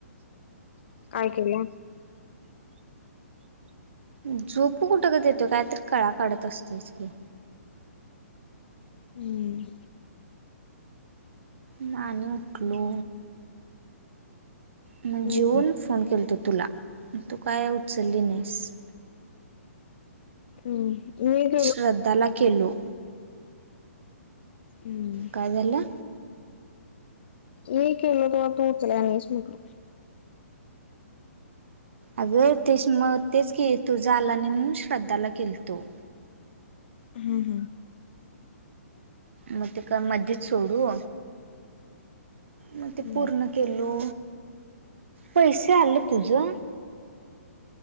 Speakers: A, on the left; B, on the right.
A: काय केल्यानं
B: झोपू कुठं गं का देतोय काय तर कळा काढत असतोयच की
A: हम्म
B: मान उठलो. मग
A: हम्म
B: जेऊन फोन केल तो तुला तू काय उचलली नाहीस.
A: हम् मी गेलो
B: श्रद्धा ला केेलो.
A: हम्म
B: काय झालं?
A: मी केलो तवा तू उचलयाला नाहीस म्हटलो.
B: अगं तेच मग तेच की तुजा आला नाही म्हणून श्रद्धाला केलतो
A: हम्म हम्म.
B: मग ते का मध्येच सोडू मग
A: हम्म
B: ते पूर्ण केलो. पैसे आलं तुझं